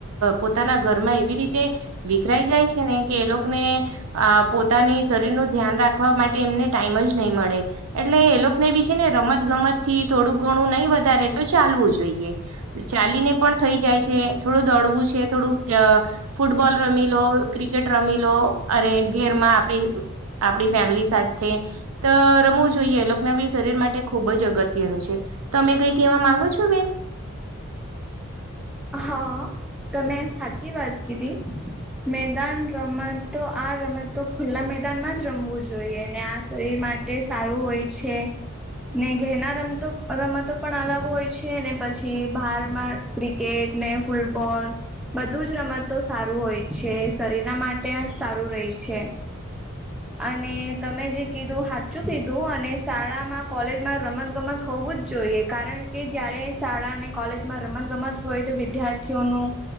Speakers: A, on the right; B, in the centre.
A: પોતાના ઘરમાં એવી રીતે વિખરાઈ જાય છે ને કે એ લોકોને અ પોતાની શરીરનું ધ્યાન રાખવા માટે એમને ટાઈમ જ નહીં મળે એટલે એ લોકો ને બી છે ને રમત ગમત થી થોડું ઘણું નહીં વધારે તો ચાલવું જ જોઈએ ચાલીને પણ થઈ જાય છે થોડું દડવું છે થોડુંક ફૂટબોલ રમી લો ક્રિકેટ રમી લો અરે ઘેરમાં આપડી આપડી ફેમિલી સાથે ત રમવું જોઈએ એ લોકનાભી શરીર માટે ખૂબ જ અગત્યનું છે તમે કઈ કેવા માંગો છો બેન
B: હા તમે સાચી વાત કીધી મેદાન રમત તો આ રમત તો ખુલ્લા મેદાનમાં જ રમવું જોઈએ ને આ શરીર માટે સારું હોય છે ને ઘેના રમતો રમતો પણ અલગ હોય છે ને પછી બહારમાં ક્રિકેટ ને ફૂટબોલ બધું જ રમતો સારું હોય છે શરીરના માટે સારું રહે છે અને તમે જે કીધું હાચું કીધું અને શાળામાં કોલેજમાં રમત ગમત હોવું જ જોઈએ કારણ કે જયારે શાળા અને કોલેજમાં રમત ગમત હોય તો બી દ્યાર્થીઓનું